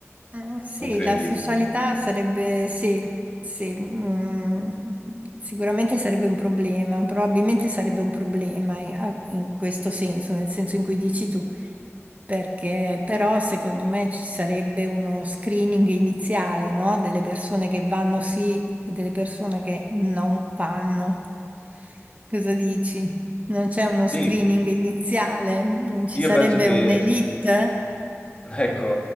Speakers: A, on the right; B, on the left.
A: Eh, sì,
B: non credi?
A: la socialità sarebbe, sì, sì, mm, sicuramente sarebbe un problema, probabilmente sarebbe un problema eh, ah, in questo senso, nel senso in cui dici tu, perché però secondo me ci sarebbe uno screening iniziale, no? Delle persone che vanno sì e delle persone che non vanno. Cosa dici? Non c'è uno
B: Sì,
A: screening iniziale? Non ci
B: io
A: sarebbe
B: penso che
A: un'elite?
B: Ecco,